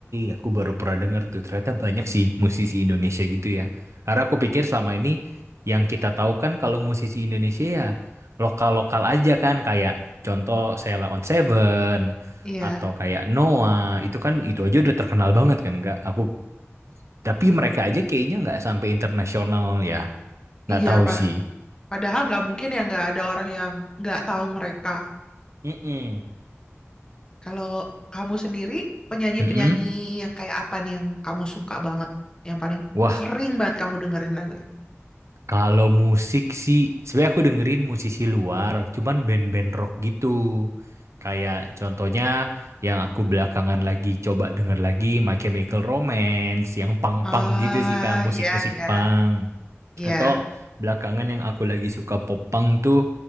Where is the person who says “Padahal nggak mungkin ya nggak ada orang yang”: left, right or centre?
Left